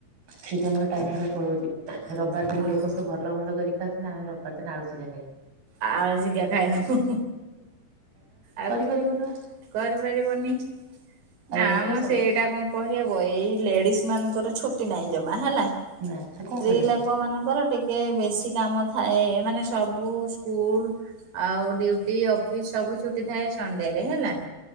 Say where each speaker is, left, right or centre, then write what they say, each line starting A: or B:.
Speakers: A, on the right (about 60°); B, on the right (about 75°).
A: ସେଇଠି ଆମର ଟାଇମିଗୁରା ପଳଉଛି ରବିବାର ଦିନ
B: ହଁ
A: ଲୋକ ସବୁ ଭଲ ମନ୍ଦ କରି ଖାଉଛନ୍ତି ଆମେ ରବିବାର ଦିନ ଆଳୁ ସିଝା ଖାଇବୁ।
B: ଆଳୁ ସିଝା ଖାଇବୁ ଆଉ।
A: ଫେରିିବୁନୁ ନା ଆ?
B: କରିପାରିବନି ନା
A: ନଥିବ
B: ମ
A: ସବୁ
B: ସେଇଟା କଣ କହି ହେବ ଏଇ ଲେଡିଜ ମାନଙ୍କର ଛୁଟି ନାହିଁ ଜମା ହେଲା
A: ନା
B: ସ୍ତ୍ରୀ
A: ଆଉ କଣ କରିବା
B: ଲୋକ ମାନଙ୍କର ଟିକେ ଟିକେ ବେଶୀ କାମ ଥାଏ ମାନେ ସବୁ ସ୍କୁଲୁ। ଆଉ ଡ୍ୟୁଟି ଅଫିସ ସବୁ ଛୁଟି ଥାଏ ସଣ୍ଡେ ରେ ହେଲା।